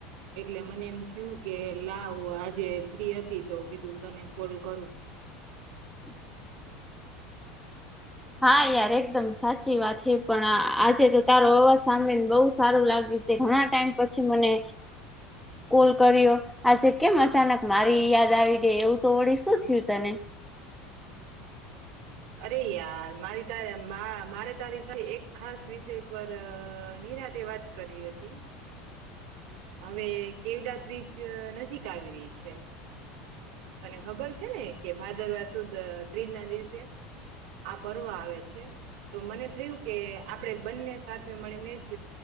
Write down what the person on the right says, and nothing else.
એટલે મને એમ થયું કે લાવ આજે ફ્રી હતી તો કીધું તને કોલ કરું
અરે યાર મારી તારી મારે તારી એક ખાસ વિષય પર. નિરાતે વાત કરવી હતી. હવે કેવડા ત્રીજ નજીક આવી રહી છે. તને ખબર છે ને કે ભાદરવા સુદ ત્રીજ ના દિવસે. આ પર્વ આવે છે તો મને થયું કે આપણેે બંને સાથે મળીને જ.